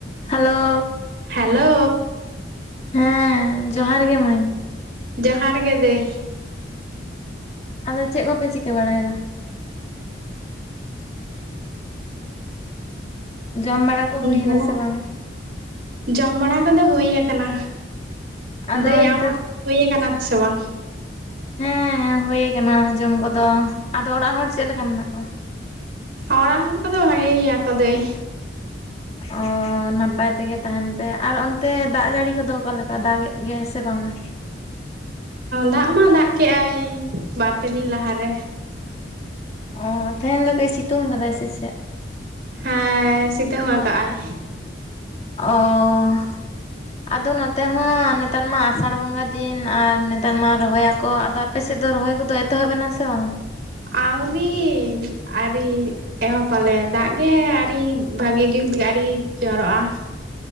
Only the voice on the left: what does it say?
Hello
ᱦᱮᱸ ᱡᱚᱦᱟᱨ ᱜᱮ ᱢᱟᱹᱭ
ᱟᱫᱚ ᱪᱮᱫ ᱠᱚᱯᱮ ᱪᱤᱠᱟᱹ ᱵᱟᱲᱟᱭᱫᱟ ᱡᱚᱢ ᱵᱟᱲᱟ ᱠᱚ ᱦᱩᱭᱱᱟ
ᱥᱮ ᱵᱟᱝ?
ᱟᱫᱚ
ᱚᱱᱛᱮ
ᱦᱮᱸ ᱦᱩᱭ ᱠᱟᱱᱟ ᱡᱚᱢ ᱠᱚᱫᱚ ᱟᱫᱚ ᱚᱲᱟᱜ ᱦᱚᱲ ᱪᱮᱫ ᱞᱮᱠᱟ ᱢᱮᱱᱟᱜ ᱠᱚᱣᱟ?
ᱚᱻᱻ ᱱᱟᱯᱟᱭ ᱛᱮᱜᱮ ᱛᱟᱦᱮᱱ ᱯᱮ ᱟᱨ ᱚᱱᱛᱮ ᱫᱟᱜ ᱡᱟᱹᱲᱤ ᱠᱚᱫᱚ ᱚᱠᱟ ᱞᱮᱠᱟ ᱫᱟᱜ ᱮᱫ ᱜᱮᱭᱟᱭ ᱥᱮ ᱵᱟᱝᱼᱟ?
ᱚᱻ ᱛᱮᱦᱮᱱ ᱫᱚ ᱠᱟᱹᱡ ᱥᱤᱛᱩᱝ ᱠᱟᱫᱟᱭ ᱥᱮ ᱪᱮᱫ?
ᱚᱻᱻ ᱟᱫᱚ ᱱᱚᱛᱮ ᱦᱚᱸ ᱱᱮᱛᱟᱨ ᱢᱟ ᱟᱥᱟᱲ ᱵᱚᱸᱜᱟ ᱫᱤᱱ ᱟᱨ ᱱᱮᱛᱟᱨ ᱢᱟ ᱨᱚᱦᱚᱭ ᱟᱠᱚ ᱟᱫᱷᱟ ᱟᱯᱮᱥᱮᱫ ᱫᱚ ᱨᱚᱦᱚᱭ ᱠᱚᱫᱚ ᱮᱛᱚᱦᱚᱵ ᱮᱱᱟ ᱥᱮ ᱵᱟᱝ